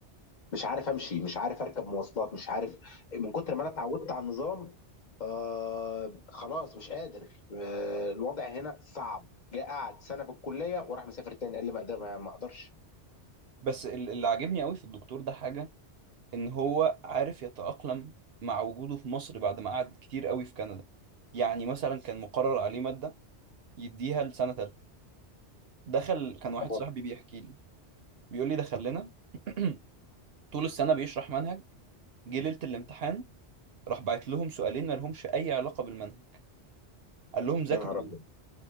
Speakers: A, on the left; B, on the right.
A: مش عارف امشي مش عارف اركب مواصلات مش عارف من كتر ما انا اتعودت على النظام آه خلاص مش قادر آه الوضع هنا صعب جاء قعد سنه في الكليه وراح مسافر تاني قال لي ما اقدر ما اقدرش
B: بس ال- اللي عاجبني قوي في الدكتور ده حاجه ان هو عارف يتاقلم مع وجوده في مصر بعد ما قعد كتير قوي في كندا يعني مثلا كان مقرر عليه ماده يديها لسنه ثالثه دخل كان واحد
A: طبعاً.
B: صاحبي بيحكي لي بيقول لي دخل لنا <clears throat> طول السنة بيشرح منهج جه ليلة الامتحان راح بعت لهم سؤالين ما لهمش أي علاقة بالمنهج قال لهم ذاكروا
A: يا نهار
B: دول
A: ابيض